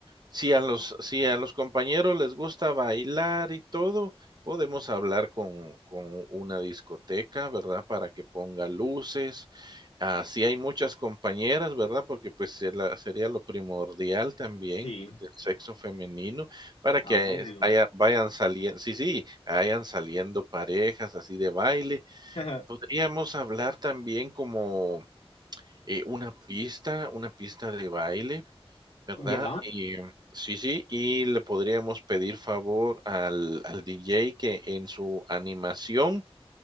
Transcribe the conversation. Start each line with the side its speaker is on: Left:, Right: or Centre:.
Right: Si a los si a los compañeros les gusta bailar y todo, podemos hablar con con una discoteca, ¿verdad? Para que ponga luces. Ah, si hay muchas compañeras, ¿verdad? Porque, pues, se la sería lo primordial también
Left: Sí.
Right: del sexo femenino para que
Left: Ah, obvio.
Right: haya vayan salien sí, sí, vayan saliendo parejas así de baile.
Left: <laughs>
Right: Podríamos hablar también como, eh, una pista una pista de baile. ¿Verdad?
Left: ¿Ya?
Right: Y mm, sí, sí, y le podríamos pedir favor al al DJ que en su animación,